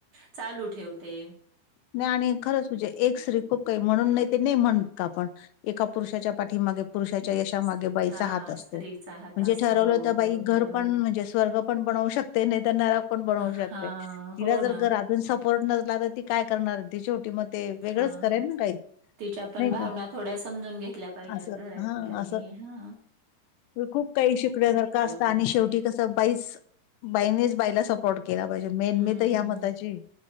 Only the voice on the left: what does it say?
नाही आणि खरंच म्हणजे एक स््री खूप काही म्हणून नाही ते नाही म्हणत का आपण एका पुरुषाच्या पाठीमागे पुरुषाच्या
यशामागे बाईचा
हात असतो
म्हणजे
ठरवलं
तर बाई घर
पण म्हणजे स्वर्ग पण बनवू शकते ते नाही तर नराक पण बनवू
शकत तिला
जर
घरातून सपोर्ट नसला तर ती काय करणार तेट मग ते
वेगळंच करेन ना काही
नाही
का?
असं
हां असं
खूप काही शिकण्यासारखं असत
आणि शेवटी कस बाईच बाईनेच बाईला सपोर्ट केला पाहिजे मेन
मी तर ह्या मताची